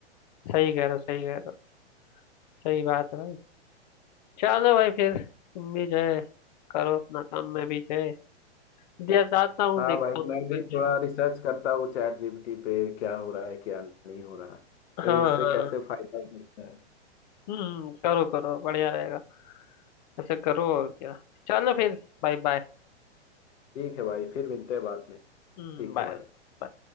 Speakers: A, on the left; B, on the left.
A: सही कह रहे हो सही कह रहे हो सही बात है भाई चलो भाई फिर तुम भी जो है करो अपना काम मैं भी जो है दे- जाता हूँ
B: हाँ
A: देखता
B: भाई
A: हूँ
B: मैं
A: कुछ
B: भी थोड़ा रिसर्च करता हूँ चैट जीपीटी पे क्या हो रहा है क्या नहीं हो रहा
A: हाँ
B: है इससे
A: हाँ
B: कैसे फायदा मिलता है
A: हम्म करो करो बढ़िया रहेगा ऐसे करो और क्या चलो फिर बाय बाय
B: ठीक है भाई फिर मिलते हैं बाद में ठीक
A: Hmm bye
B: है भाई